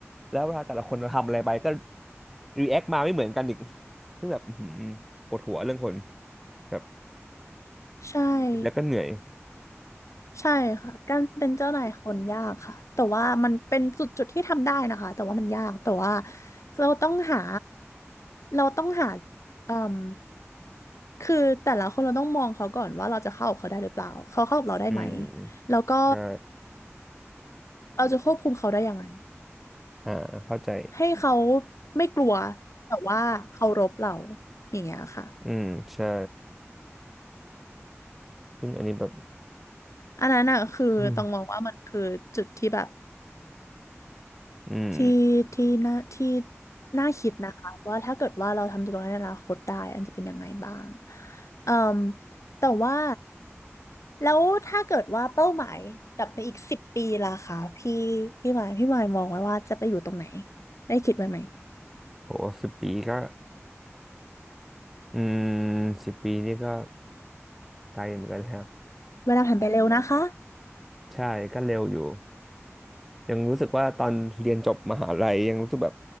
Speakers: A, in the centre; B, on the left.
A: แล้วเวลาแต่ละคนทำอะไรไปก็รีแอคมาไม่เหมือนกันอีกซึ่งแบบอื้อหือปวดหัวเรื่องคนแบบ
B: ใช่
A: <sighs> แล้วก็เหนื่อย
B: ใช่ค่ะการเป็นเจ้านายคนยากค่ะแต่ว่ามันเป็นจุดจุดที่ทำได้นะคะแต่ว่ามันยากแต่ว่าเราต้องหาเราต้องหาเอ่มคือแต่ละคนเราต้องมองเขาก่อนว่าเราจะเข้ากับเขาได้หรือเปล่าเขาเข้ากับเราได้ไหม
A: อืม
B: แล้วก็
A: ใช่
B: เราจะควบคุมเขาได้ยังไง
A: อ่าเข้าใจ
B: ให้เขาไม่กลัวแต่ว่าเคารพเราอย่างเงี้ยค่ะ
A: อืมใช่ซึ่งอันนี้แบบ
B: อันนั้นน่ะคือต้องมองว่ามันคือจุดที่แบบ
A: อืมอืม
B: ที่ที่น่าที่น่าคิดนะคะว่าถ้าเกิดว่าเราทำตรงนั้นในอนาคตได้อันจะเป็นยังไงบ้างเอ่มแต่ว่าแล้วถ้าเกิดว่าเป้าหมายแบบในอีกสิบปีล่ะคะพี่พี่หมายพี่หมายมองไว้ว่าจะไปอยู่ตรงไหนได้คิดไว้ไหม
A: โหสิบปีก็อืมสิบปีนี่ก็ไกลเหมือนกันแล้ว
B: เวลาผ่านไปเร็วนะคะ
A: ใช่ก็เร็วอยู่ ยังรู้สึกว่าตอนเรียนจบมหาลัยยังรู้สึกแบบ